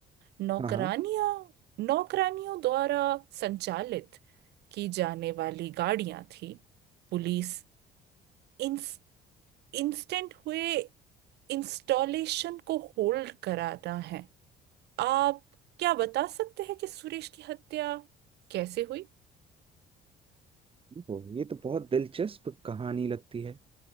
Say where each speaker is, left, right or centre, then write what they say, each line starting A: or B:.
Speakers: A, on the right; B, on the right.
A: नौकरानियां
B: हाँ हाँ
A: नौकरानियों द्वारा संचालित की जाने वाली गाड़ियां थी पुलिस इंस, इंस्टेंट हुए इंस्टॉलेशन को होल्ड कराता है आप क्या बता सकते हैं कि सुरेश की हत्या कैसे हुई
B: ओ, ये तो बहुत दिलचस्प कहानी लगती है